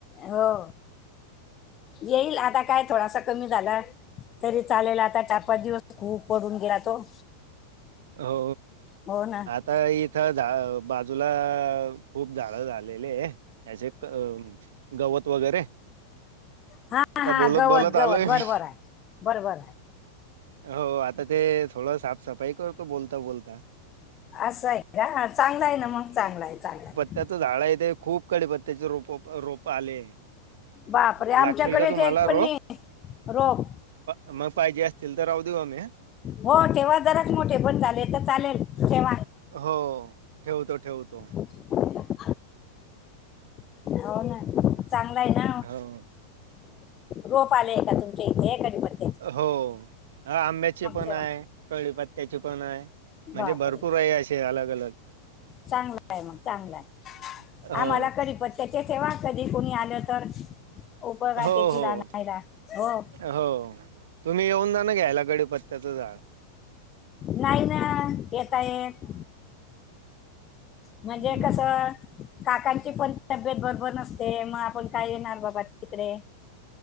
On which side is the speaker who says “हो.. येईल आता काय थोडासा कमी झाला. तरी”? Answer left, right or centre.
Left